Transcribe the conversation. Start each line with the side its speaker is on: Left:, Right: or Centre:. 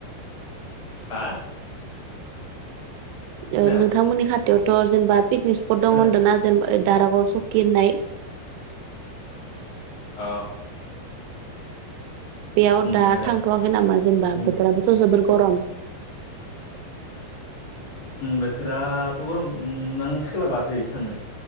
Left: हा खोनाया
Right: ओ नोंथांमोननि खाथिथाययावथ' जेनेबा पिकनिक स्पट दं
Left: खोनाया
Right: होनदों ना जेनेबा ओ दारा गाव सकि होननाय
Left: औ
Right: बेयाव दा
Left: नंगौ दे
Right: थांथवाखै नामा जेनेबा
Left: उम
Right: बोथोराबोथ' जोबोर गरम
Left: बोथोराथ' गरम आं सोलाबाखै थांनो।